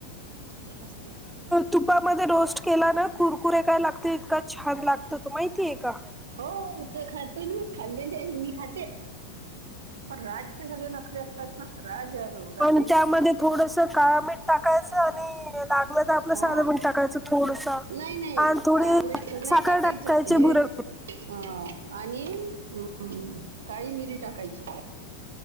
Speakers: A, on the right; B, in the centre.
A: केलंच नाही काय.
B: तुपामध्ये रोस्ट केला ना कुरकुरे काय लागतील इतका छान लागतो तो माहिती ये का?
A: हो ते खाते मी, खाल्लेले आहे मी खाते. पण राजचे सगळे नखरे असतात ना राज यादव राज
B: पण
A: नाही
B: त्यामध्ये
A: खात
B: थोडस काळा मीठ टाकायचं आणि लागलं तर आपलं
A: हा.
B: साधं पण टाकायचं थोडस आणि
A: नाही नाही
B: थोडी
A: काळ मीठ नाही
B: साखर
A: टाकायचं
B: टाकायची
A: हे
B: भुर
A: अ आणि म म काळी मिरी टाकायची.